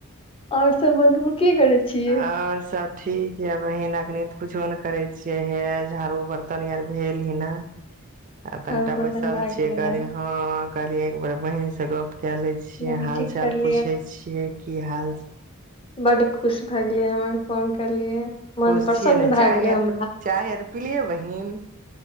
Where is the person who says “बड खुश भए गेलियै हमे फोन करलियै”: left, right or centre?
Left